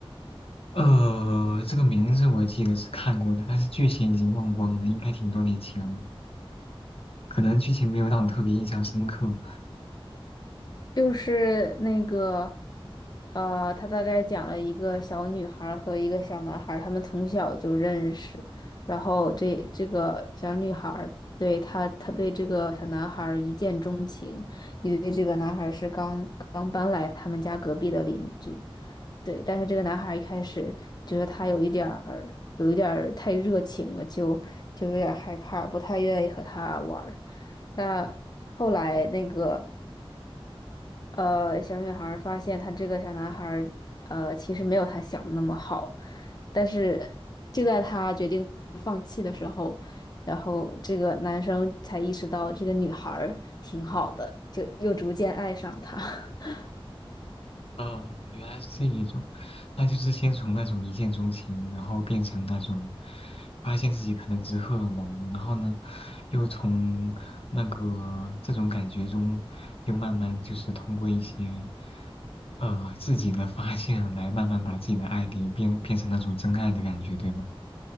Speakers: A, on the left; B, on the left.
A: 呃，这个名字我记得是看过的，但是剧情已经忘光了，应该挺多年前了，可能剧情没有让我特别印象深刻。
B: 就是那个，呃，他大概讲了一个小女孩儿和一个小男孩儿，他们从小就认识，然后这这个小女孩儿对他，他对这个小男孩儿一见钟情，因为这个男孩儿是刚刚搬来他们家隔壁的邻居，对，但是这个男孩儿一开始觉得他有一点儿，有一点儿太热情了，就就有点儿害怕，不太愿意和他玩儿。那后来那个。呃，小女孩儿发现她这个小男孩儿，呃，其实没有她想的那么好，但是就在她决定放弃的时候，然后这个男生才意识到这个女孩儿挺好的，就又逐渐爱上她。<laughs>
A: 哦，原来是这一种，那就是先从那种一见钟情，然后变成那种发现自己可能只是荷尔蒙，然后呢，又从那个这种感觉中，又慢慢就是通过一些呃自己的发现来慢慢把自己的爱给变变成那种真爱的感觉，对吗？